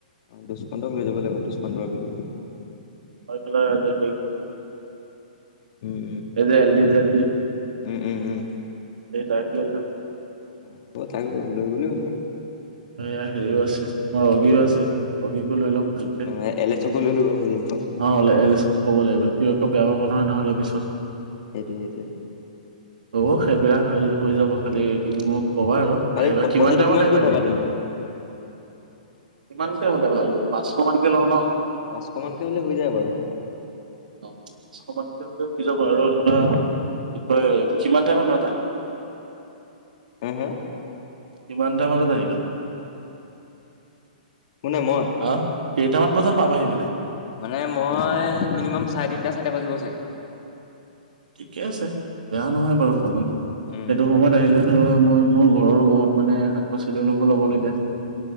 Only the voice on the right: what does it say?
আৰু <unintelligible>
সে যে এলদি যে এলদি,
তাক লৈ যাম।
এয়া হেৰিও আছে মই ৰগীও আছে ৰগিকো লৈ ল'ম ভালকে
অ অলেচ ক'ব লাগিব সি একো বেয়া পাব নহয় নহ'লে পিছত
হ'ব সেইবিলাক হৈ যাব খালি তুমি মোক কবা আৰু
আহিবা কিমান
টাইমত
আহিবা
এনেই
ইমানকে হ'লে বাৰু পাঁচশ মানকে লওঁ ন
অ পাঁচশ মানকে হলে হৈ যাব আৰু আপোনাৰ কি কয় কিমান টাইাম মানত আহিবা
কিমানটা মানত আহিবা
আহ কেইটামান বজাত পাবাহি মানে
ঠিকে আছে বেয়া নহয় বাৰু সময়তটো
সেইটো সময়ত আহিলে ধৰা মই মোৰ ঘৰৰো বহুত মানে শাক পাচলি অলপ ল'ব লাগে